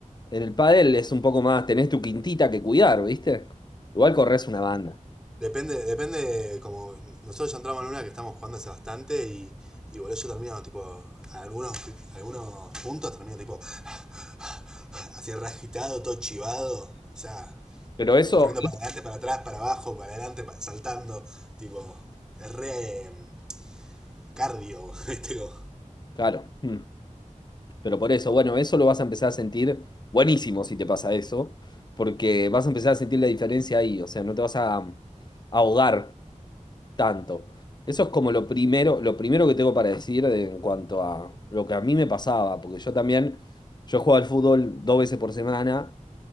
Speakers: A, on the left (about 35°); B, in the centre.
A: en el pádel es un poco más, tenés tu quintita que cuidar, ¿viste? Igual corres una banda.
B: Depende, depende, como nosotros ya entramos en una que estamos jugando hace bastante y, y boludo, yo termino tipo, algunos, algunos puntos termino tipo, <sighs> así rasquitado, todo chivado, o sea,
A: Pero eso,
B: corriendo
A: es-
B: para adelante, para atrás, para abajo, para adelante, pa- saltando, tipo, es re eh, cardio, <laughs> ¿viste? Como,
A: claro. mm. Pero por eso, bueno, eso lo vas a empezar a sentir buenísimo si te pasa eso, porque vas a empezar a sentir la diferencia ahí, o sea, no te vas a a ahogar tanto. Eso es como lo primero, lo primero que tengo para decir de- en cuanto a lo que a mí me pasaba, porque yo también, yo jugaba al fútbol dos veces por semana